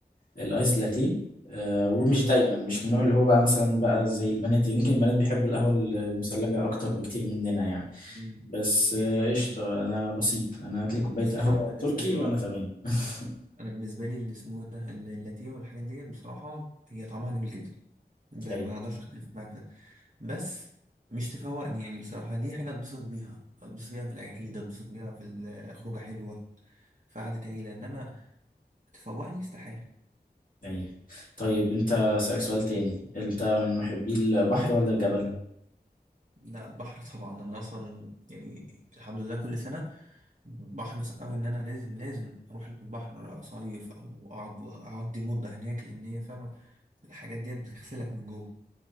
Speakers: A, on the left; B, on the right.
A: الآيس لاتيه آه، ومش
B: امم
A: دايما مش من النوع اللي هو بقى مثلا بقى زي البنات يمكن البنات بيحبوا القهوة المثلجة أكتر بكتير مننا يعني
B: أمم.
A: بس
B: يعني
A: آه، قشطة أنا بسيط أنا هاتلي كوباية
B: بس
A: قهوة
B: انا بالنسبه
A: تركي
B: لي اه
A: وأنا تمام <laughs>
B: فهمت. انا بالنسبه لي اللي اسمه إيه ده ال- اللاتيه والحاجات ديت بصراحه هي طعمها جميل جدا ده
A: أي
B: ما اقدرش اختلف معاك في ده بس مش تفوقني يعني بصراحة دي حاجة اتبسط بيها اتبسط بيها في العيد اتبسط بيها في الخروجة حلوة في قعدة عيلة انما تفوقني استحالة
A: أي طيب أنت سألك سؤال تاني أنت من محبي البحر ولا الجبل؟
B: لا البحر طبعا انا اصلا يعني الحمد لله كل سنة بحرص قوي ان انا لازم لازم اروح البحر اصيف او اقعد واقضي مدة هناك لان هي فعلا الحاجات ديت بتغسلك من جوه